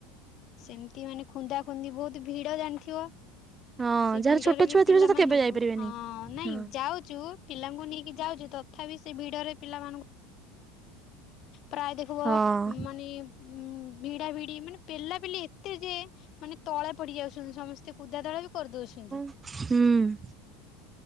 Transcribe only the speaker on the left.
ସେମିତି ମାନେ ଖୁନ୍ଦା ଖୁନ୍ଦି ବହୁତ ଭିଡ ଜାଣିଥିବ?
ସେ
ଭିଡରେ
ବି
ପିଲାମାନଙ୍କୁ
ହଁ ନାଇଁ
ଯାଉଛୁ ପିଲାଙ୍କୁ ନେଇକି ଯାଉଛି ତଥାପି ସେ ଭିଡରେ ପିଲାମାନଙ୍କୁ ପ୍ରାୟ ଦେଖିବ
ମାନେ ଉଁ ଭିଡା ଭିଡି ମାନେ ପେଲା ପେଲି ଏତେ ଯେ ମାନେ ତଳେ ପଡି ଯାଉଛନ୍ତି ସମସ୍ତେ କୁଦାଦଳା ବି କରିଦଉଛନ୍ତି।